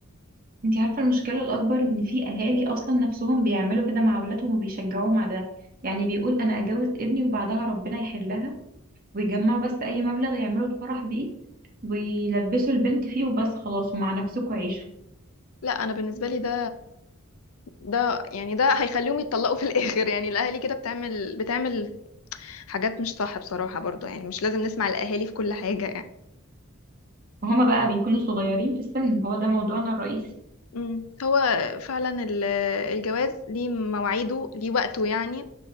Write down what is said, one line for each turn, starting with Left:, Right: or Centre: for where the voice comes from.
Right: انتي عارفة المشكلة الأكبر إن في أهالي أصلا نفسهم بيعملوا كده مع أولادهم وبيشجعوهم على ده يعني بيقول أنا أجوز ابني وبعدها ربنا يحلها ويجمعوا بس أي مبلغ يعملوا الفرح بيه ويلبسوا البنت فيه وبس خلاص ومع نفسكوا عيشوا
Left: لا انا بالنسبه لي ده ده يعني ده هيخليهم يتطلقوا في الاخر يعني الاهالي كده بتعمل بتعمل حاجات مش صح بصراحه برضو يعني مش لازم نسمع الاهالي في كل حاجه يعني
Right: وهما بقى بيكونوا صغيرين في السن هو ده موضوعنا الرئيسي
Left: امم هو فعلا ال- الجواز ليه مواعيده ليه وقته يعني